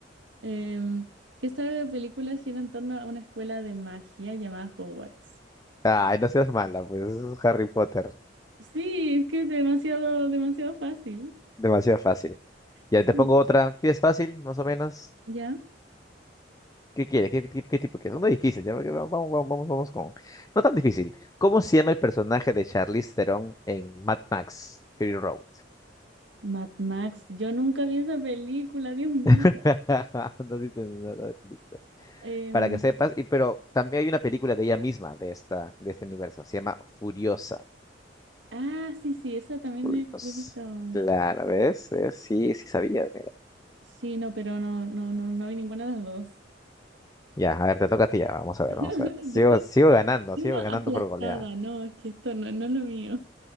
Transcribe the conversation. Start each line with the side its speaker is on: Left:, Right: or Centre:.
Right: Em, que esta película gira en torno a una escuela de magia llamada Hogwarts.
Left: Ay, no seas mala, pues es Harry Potter,
Right: Sí, es que es demasiado, demasiado fácil.
Left: demasiado fácil. Ya
Right: Sí.
Left: te pongo otra. ¿Quieres fácil, más o menos?
Right: ¿Ya?
Left: ¿Qué quieres? ¿Qué, qué- qué tipo quieres? Uno difícil, ya, porque vamos, vamos, vamos, vamos con. No tan difícil. ¿Cómo se llama el personaje de Charlize Theron en Mad Max Fury Road?
Right: Mad Max, yo nunca vi esa película, Dios mío.
Left: <laughs> No viste nada de películas.
Right: Em,
Left: Para que sepas, y pero también hay una película de ella misma, de esta, de este universo. Se llama Furiosa.
Right: ah, sí, sí, esa también
Left: Furiosa.
Right: me- me he visto.
Left: Claro, ¿ves? ¿Ves? Sí, sí sabías, mira.
Right: Sí, no, pero no, no, no, no vi ninguna de las dos.
Left: Ya, a ver, te toca a ti, ya. Vamos a ver,
Right: <laughs>
Left: vamos a ver. Sigo, sigo ganando,
Right: Siendo
Left: sigo
Right: aplastada,
Left: ganando por goleada.
Right: no, es que esto no, no es lo mío.